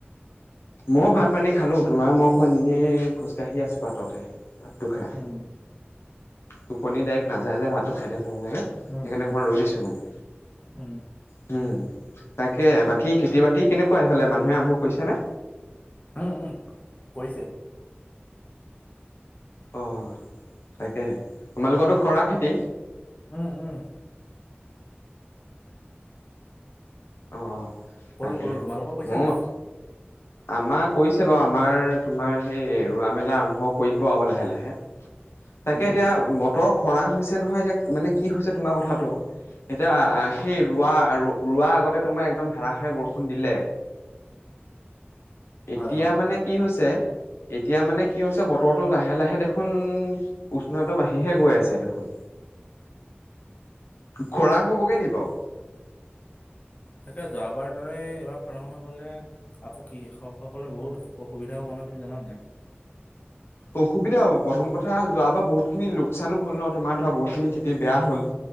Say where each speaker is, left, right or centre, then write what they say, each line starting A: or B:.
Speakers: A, on the left; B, on the left.
A: মইও ভাত পানী খালো, তোমাৰ মোক অকমান এনেই খোজকাঢ়ি আছো বাটতে, ভাতটো খাই
B: উম
A: টোপনি ডাই নাযায় যে ভাতটো খাই দিয়া খাব লাগে,
B: উম
A: সেইকাৰণে
B: উম
A: মই ৰৈ দিছো মানে
B: উম
A: হুম। তাকে বাকী খেতি বাতি কেনেকুৱা এইফালে মানুহে আৰম্ভ কৰিছে নে?
B: উম উম কৰিছে।
A: অ তাকেহে তোমালোকতো কৰা খেতি
B: উম উম
A: অ
B: কৰো
A: তাকেহে
B: কৰো তোমালোকৰ কৰিছে
A: <unintelligible>
B: নাই
A: আমাৰ কৰিছে বাৰু আমাৰ তোমাৰ সেই ৰোৱা মেলা আৰম্ভ কৰিব আৰু লাহে লাহে তাকে
B: উম
A: এতিয়া
B: উম
A: বতৰ খৰাং হৈছে নহয় এতিয়া মানে কি হৈছে তোমাৰ কথাাটো এতিয়া
B: অ,
A: সেই ৰোৱা আৰু ৰোৱা আগতে তোমাৰ একদম ধাৰাষাৰে বৰষুণ দিলে। এতিয়া
B: হয় হয়
A: মানে কি হৈছে এতিয়া মানে কি হৈছে বতৰটো লাহে লাহে দেখোন উষ্ণটো বাঢ়িহে গৈ আছে দেখোন খৰাং হ'বগে নি বাও।
B: তাকে যোৱাবাৰ দৰে এইবাৰ খৰাং হৈ গলে আকৌ কৃষকসকলৰ বহুত অসুবিধা হ'ব নহয় নাই তুমি জানানে নাই?
A: অসুবিধা হ'ব প্ৰথম কথা যোৱাবাৰ বহুতখিনি লোকচানো হ'ল ন তোমাৰ ধৰা বহুতখিনি খেতি বেয়া হ'ল।